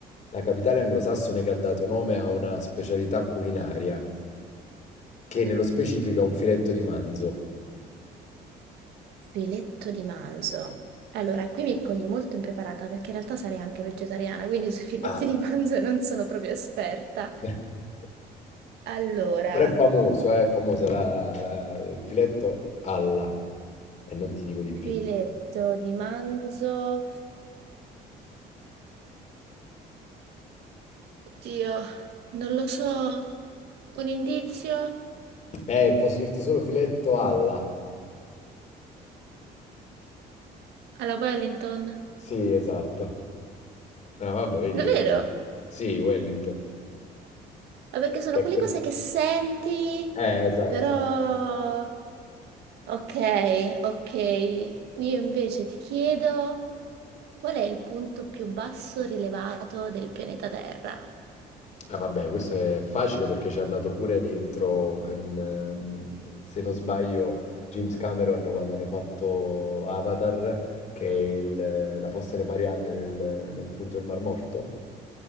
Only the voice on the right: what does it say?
Filetto di manzo. Allora, qui mi cogli molto impreparata perché in realtà sarei anche vegetariana, quindi sui filetti
di manzo non sono proprio esperta.
Allora,
filetto di manzo. Oddio, non lo so. Un indizio
alla Wellington.
Davvero?
Ma perché sono
quelle
cose che senti,
però... Ok, ok. Io invece ti chiedo qual è il punto più basso rilevato del pianeta Terra?